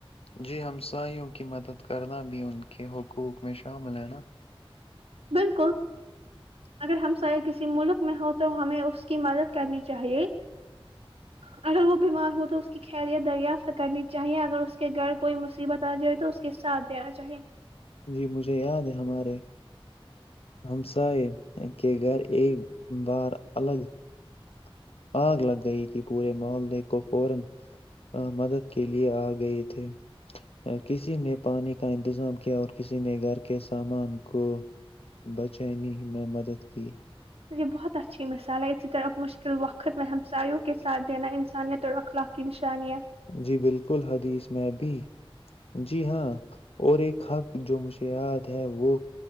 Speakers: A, on the left; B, on the right.
A: جی ہمسایوں کی مدد کرنا بھی ان کے حقوق میں شامل ہے نا
B: بالکل اگر ہم اہ کسی ملک میں ہوتا تو ہمیں اس کی مدد کرنی چاہیے اگر وہ بیمار ہو تو اس کی خیرت دریافت کرنی چاہیے اگر اس کے گھر کوئی مصیبت آ جائے تو اس کے ساتھ دینا چاہیے
A: جی مجھے یاد ہے ہمارے ہمسائے کے گھر ایک بار الگ <unintelligible>
B: یہ بہت اچھی مثال ہے اسی طرح مشکل وقت میں ہمسایوں کے ساتھ دینا انسانیت اور اخلاقی نشانیت
A: جی بالکل حدیث میں بھی جی ہاں اور ایک حق جو مجھے یاد ہے وہ